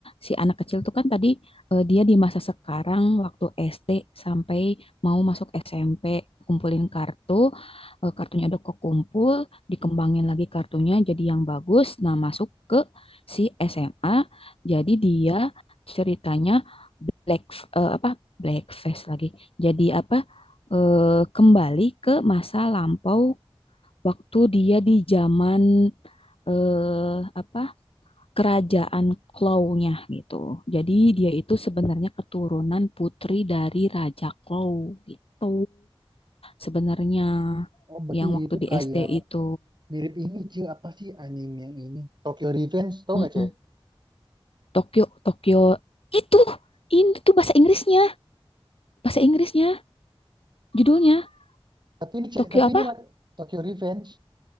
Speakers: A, on the left (about 75°); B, on the right (about 50°).
A: si anak kecil tuh kan tadi eh, dia di masa sekarang waktu SD sampai mau masuk SMP kumpulin kartu, eh, kartunya udah kekumpul, dikembangin lagi kartunya jadi yang bagus. Nah, masuk ke si SMA, jadi dia ceritanya black eh, apa blackface lagi. Jadi apa eh, kembali ke masa lampau waktu dia di zaman eh, apa kerajaan Klaunya gitu. Jadi dia itu sebenarnya keturunan putri dari Raja Klau gitu sebenarnya
B: Oh, berarti
A: yang waktu
B: itu
A: di
B: kayak
A: SD itu.
B: mirip ini Cil apa sih anime yang ini Tokyo Revenge tau
A: Mm-mm.
B: nggak cek
A: Tokyo Tokyo itu ini tuh bahasa Inggrisnya, bahasa Inggrisnya judulnya
B: tapi ini cek
A: Tokyo
B: tapi
A: apa?
B: ini laki- Tokyo Revenge